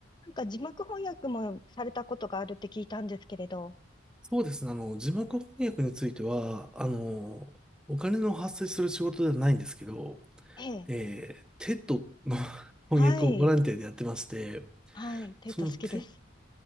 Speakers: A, on the left; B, in the centre.
A: なんか字幕翻訳もされたことがあるって聞いたんですけれど。
B: そうですね。あの、字幕翻訳については、あの、お金の発生する仕事ではないんですけど、
A: ええ。
B: えー、テッドの <laughs> 翻訳をボランティアでやってまして、
A: はい。はい。テッド好きです。
B: そのテ、